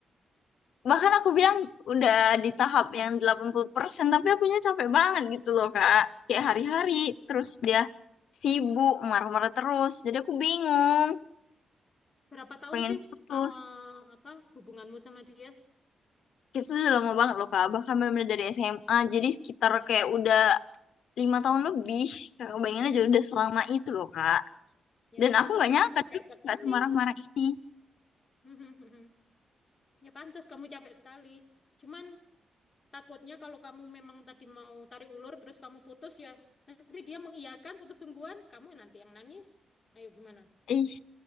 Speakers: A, on the left (about 75°); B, on the left (about 25°).
A: bahkan aku bilang udah di tahap yang 80% tapi akunya capek banget gitu loh Kak. Kayak hari-hari terus dia sibuk marah-marah terus. Jadi aku bingung,
B: Berapa tahun
A: pengen
B: sih
A: putus.
B: eh, apa hubunganmu sama dia?
A: Itu udah lama banget loh Kak, bahkan benar-benar dari SMA. Jadi sekitar kayak udah lima tahun lebih. Kakak bayangin
B: Wah,
A: aja udah selama itu loh Kak.
B: ya
A: Dan
B: pantas
A: aku nggak
B: kamu
A: nyangka
B: capek
A: dulu
B: sekali.
A: nggak semarah-marah ini.
B: <laughs> Ya pantas kamu capek sekali. Cuman takutnya kalau kamu memang tadi mau tarik ulur terus kamu putus ya. Nanti dia mengiyakan putus sungguhan, kamu nanti yang nangis. Ayo gimana?
A: Ih,